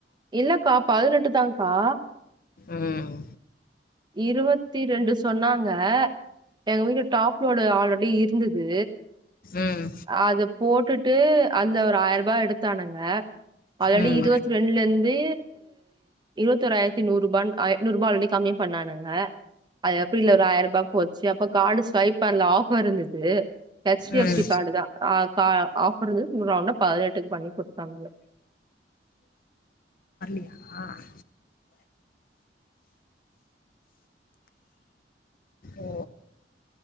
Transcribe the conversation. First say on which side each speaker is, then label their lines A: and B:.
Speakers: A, on the right; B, on the left.
A: இல்லக்கா பதினெட்டுதான்கா
B: ம்.
A: இருவத் இருவத்தி ரெண்டு சொன்னாங்க எங்க வீட்டு டாப்லோடு ஆல்ரெடி இருந்தது
B: ம்.
A: அத போட்டுட்டு அந்த ஒரு ஆயிரம் ரூபா எடுத்தானுங்க ஆல்ரெடி
B: ம்.
A: இருபத்தி ரெண்டுல இருந்து இருவத்தொ ஆயிரத்தி நூறு ரூபா நூறு ரூபா ஆல்ரெடி கம்மி பண்ணானுங்க அது அப்டி இல்ல ஒரு ஆயிரம் ரூபா போச்சு அப்ப கார்டு ஸ்வைப் பண்ணல ஆஃபர் இருந்தது ஹெச் டி
B: ம்.
A: எஃப் சி கார்டு தான் ஆஃபர் இருந்தது ரவுண்டா பதினெட்டுக்கு பண்ணி குடுத்தாங்க
B: ஆஹ் ஓ